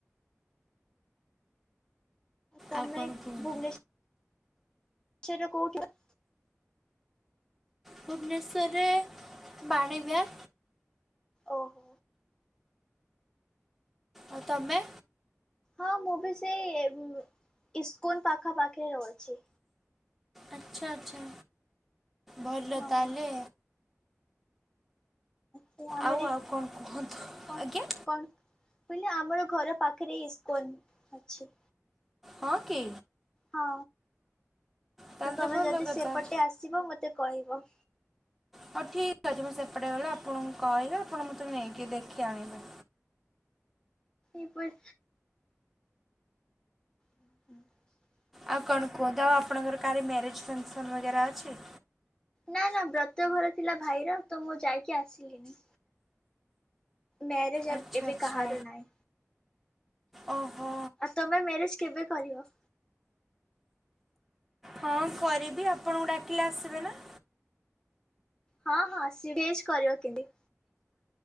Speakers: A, on the left; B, in the centre.
A: ତମେ
B: ଆଉ କଣ କୁହନ୍ତୁ?
A: ଭୁବନେଶ୍ବ ସେଟା କୋଉଠି? <unintelligible>
B: ଭୁବନେଶ୍ୱରରେ ବାଣୀବିହାର।
A: ଓହୋ।
B: ଆଉ ତମେ?
A: ହଁ ମୁଁ ବି ସେଇ ଇସକନ ପାଖା ପାଖି ରହୁଛି।
B: ଆଚ୍ଛା ଆଚ୍ଛା ଭଲ
A: ହଁ
B: ତାହେଲେ।
A: ମୁଁ ଅମରି
B: ଆଉ ଆଉ କଣ କୁହନ୍ତୁ?
A: କଣ
B: ଆଜ୍ଞା।
A: କଣ କହିଲି ଆମର ଘର ପାଖରେ ଇସକନ ଅଛି।
B: ହଁ କି
A: ହଁ
B: ତାହେଲେ
A: ତ ତମେ
B: ଭଲ
A: ଯଦି
B: କଥା
A: ସେପଟେ ଆସିବ ମତେ କହିବ।
B: ହଉ ଠିକ ଅଛି ମୁଁ ସେପଟେ ଗଲେ ଆପଣଙ୍କୁ କହିବି ଆପଣ ମଁତେ ନେଇକି ଦେଖି ଆଣିବେ।
A: ଏପଟେ <unintelligible>
B: ଆଉ କଣ କୁହନ୍ତୁ ଆପଣଙ୍କର କାହରି ମ୍ୟାରେଜ ଫଙ୍କସନ ବଗେରା ଅଛି?
A: ନା ନା ବ୍ରତ ଘର ଥିଲା ଭାଇର ତ ମୁଁ ଯାଇକି ଆସିଲିନି। ମ୍ୟାରେଜ
B: ଆଚ୍ଛା
A: ଅ ଏବେ
B: ଆଚ୍ଛା
A: କାହାରୁ ନାହି।
B: ଓହୋ।
A: ତମେ ମ୍ୟାରେଜ କେବେ କରିବ?
B: ହଁ କରିବି ଆପଣଙ୍କୁ ଡାକିଲେ ଆସିବେ ନା?
A: ହଁ ହଁ ସି <unintelligible>